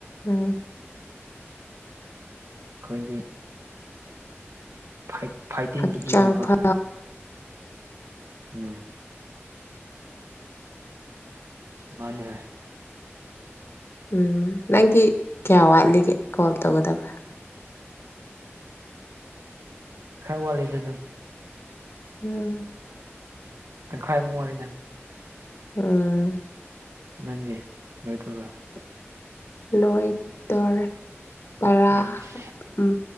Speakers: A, on the left; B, on the right.
A: ꯎꯝ
B: ꯑꯩꯈꯣꯏꯗꯤ ꯐꯥꯏ ꯐꯥꯏꯇꯤꯡꯒꯤ
A: ꯍꯛꯆꯥꯡ
B: ꯏꯅꯤꯀꯣ
A: ꯐ
B: ꯎꯝ ꯃꯥꯅꯦ
A: ꯎꯝ ꯅꯪꯒꯤ ꯀꯌꯥ ꯋꯥꯠꯂꯤꯒꯦ ꯀꯣꯜ ꯇꯧꯒꯗꯕ
B: ꯈꯔ ꯋꯥꯠꯂꯤꯗ ꯑꯗꯨꯝ
A: ꯎꯝ
B: ꯇꯪꯈꯥꯏꯃꯨꯛ ꯋꯥꯠꯂꯤꯗ
A: ꯎꯝ
B: ꯅꯪꯒꯤ ꯂꯣꯏ <unintelligible>
A: ꯂꯣꯏꯗꯣꯔꯦ ꯇꯔꯥ
B: ꯎꯝ
A: ꯎꯝ